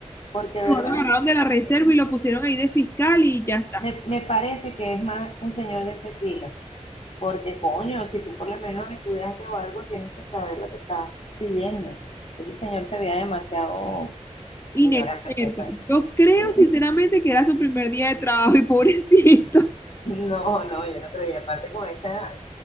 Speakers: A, on the left; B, on the left.
A: Porque,
B: lo
A: ¿verdad?
B: agarraron de la reserva
A: Eh,
B: y lo pusieron ahí de fiscal y ya está.
A: Me, me parece que es más un señor de ese estilo. Porque, coño, si tú por lo menos estudiaste o algo, tienes que saber lo que estás pidiendo. Ese señor se veía demasiado
B: Inexperto.
A: ignorante, pues.
B: Yo creo
A: sí.
B: sinceramente que era su primer día de trabajo y pobrecito.
A: No, no, yo no creo. Y aparte con esa edad,